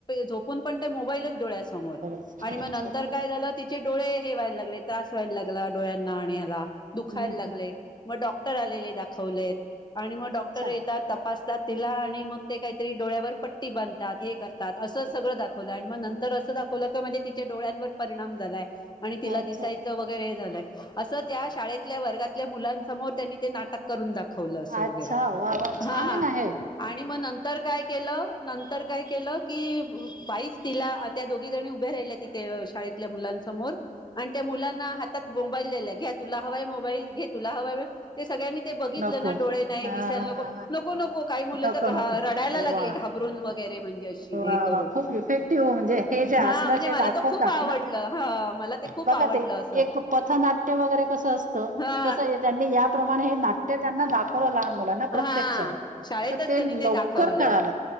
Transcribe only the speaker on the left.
झोपून पण मोबाईलच डळ्यासमोर
आणि
मगनंतर काय झालं त़ि चे डोळे हे व्हायला लागले. त्रास व्हायला लागला डोळ्यांना आणा याला
दुखायला लागलेय. मग डॉक्टर आलेले दाखवलेत. आणि मग डॉक्टर
येतात तपासतात. तिला आणि मग ते काहीतरी डोळ्यावर पट्टी बांधतात. हे करतात असं सगळं दाखवलं आणि मग नंतर असं दाखव म्हणजे तिच्या डोळ्यांवर परिणाम झालाय. आणि तिला
दिसायचं वगैरे हे झालंय. असं त्या शाळेतल्या वर्गातल्या मुलांसमोर त्यांनी ते नाटक करून दाखव दाखवलं असं
वगैरे.
हा
आणि मग नंतर काय केलं? नंतर काय केलं की, बाईच तिला त्या दोघी जणी उभ्या राहिल्या तिथे शाळेतल्या मुलांसमोर आणि त्या मुलांना हातात मोबाईल दिला घ्या तुला हवाय मोबाईल? घे तुला हवाय? ते सगळ्यांनी ते बघितलं
ना डोळे नाही.
दिसायला
नको
नको नको काही मुलं
तर घा
रडायला लागली
घा घाबरून रे म्हणजे अशी
हे करून.
हं
म्हणजे
मला
तर खूप आवडलं.
ह मला ते खूप
आवडलं
असं
हा
हा शाळेतच
त्यांनी
दाखवलं